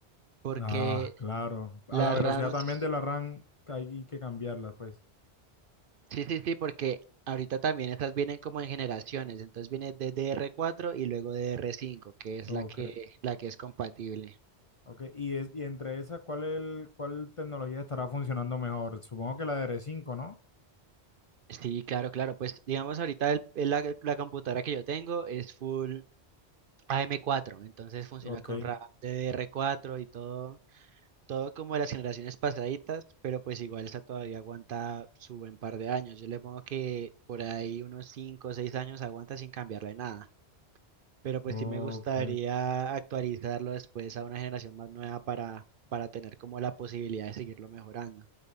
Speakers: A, on the right; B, on the left.
A: Porque
B: Ah, claro, a
A: las
B: la velocidad
A: RAMs,
B: también de la RAM hay que cambiarla, pues,
A: sí, sí, sí, porque ahorita también estas vienen como en generaciones. Entonces viene DDR4 y luego DDR5, que es
B: ok.
A: la que, la que es compatible.
B: Ok, y, es, y entre esas, ¿cuál, el, cuál tecnología estará funcionando mejor? Supongo que la de R5, ¿no?
A: Sí, claro, claro. Pues digamos ahorita el- el- la, la computadora que yo tengo es full AM4, entonces funciona
B: Ok,
A: con RAM DDR4 y todo todo como de las generaciones pasaditas, pero pues igual esta todavía aguanta su buen par de años. Yo le pongo que por ahí unos 5 o 6 años aguanta sin cambiarle nada, pero pues
B: ok.
A: sí me gustaría actualizarlo después a una generación más nueva para, para tener como la posibilidad de seguirlo mejorando.